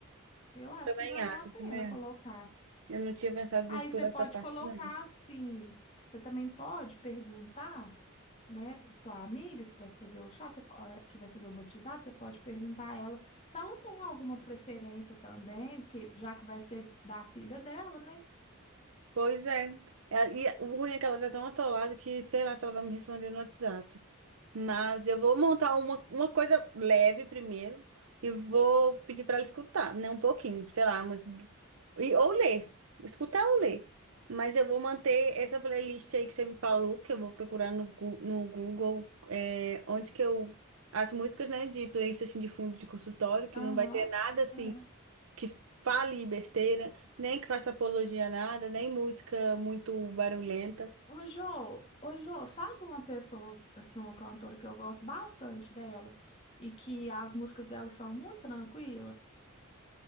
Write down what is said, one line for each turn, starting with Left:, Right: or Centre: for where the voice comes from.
Left: Eu acho
Right: Também
Left: que vale
Right: acho,
Left: a pena
Right: né?
Left: colocar.
Right: Eu não tinha pensado
Left: Aí
Right: por
Left: você
Right: essa
Left: pode
Right: parte,
Left: colocar
Right: não.
Left: assim. Você também pode perguntar, né, para sua amiga que vai fazer o chá, você po- eh, que vai fazer o batizado, você pode perguntar a ela se ela tem alguma preferência também, que já que vai ser da filha dela, né?
Right: Pois é. É, E o ruim é que ela tá tão atolada que sei lá se ela vai me responder no WhatsApp. Mas eu vou montar uma, uma coisa leve primeiro e vou pedir pra ela escutar, né? Um pouquinho, sei lá, umas... e, ou ler. Escutar ou ler. Mas eu vou manter essa playlist aí que você me falou, que eu vou procurar no, Gu- no Google, é, onde que eu. As músicas, né, de playlist assim de fundo de consultório, que
Left: Aham.
Right: não vai ter nada assim
Left: é.
Right: que fale besteira, nem que faça apologia a nada, nem música muito barulhenta.
Left: Ô, Jô, ô, Jô, sabe uma pessoa, assim, uma cantora que eu gosto bastante dela e que as músicas dela são muito tranquilas?